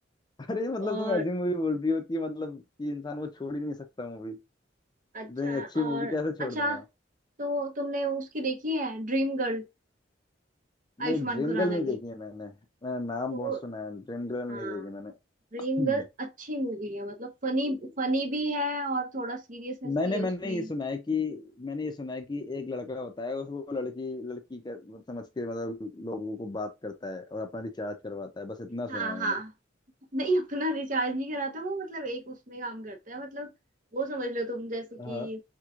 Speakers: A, on the left; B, on the right.
A: <laughs> अरे मतलब
B: और
A: तुम ऐसी मूवी बोल रही हो कि मतलब कि इंसान वो छोड़ ही नहीं सकता मूवी इतनी
B: अच्छा
A: अच्छी
B: और
A: मूवी कैसे छोड़
B: अच्छा
A: दूंगा
B: तो तुमने उसकी देखी है ड्रीम गर्ल
A: नहीं
B: आयुष्मान
A: ड्रीम
B: खुराना
A: गर्ल नहीं देखी
B: की
A: है मैंने मैंने नाम
B: तो
A: बहुत सुना है ड्रीम गर्ल
B: हाँ
A: नहीं देखी मैंने
B: ड्रीम
A: हम्म।
B: गर्ल अच्छी मूवी है मतलब फनी फनी भी है और थोड़ा सीरियसनेस
A: मैंने
B: भी है
A: मैंने
B: उसमें
A: ये सुना है कि मैंने ये सुना है कि एक लड़का होता है उसको लड़की लड़की कर, समझ के मतलब लोगों को बात करता है और अपना रिचार्ज करवाता है बस इतना
B: हाँ
A: सुना है
B: हाँ
A: मैंने
B: नहीं अपना रिचार्ज नहीं कराता वो मतलब एक उसमें काम करता है मतलब वो समझ लो तुम जैसे कि
A: हाँ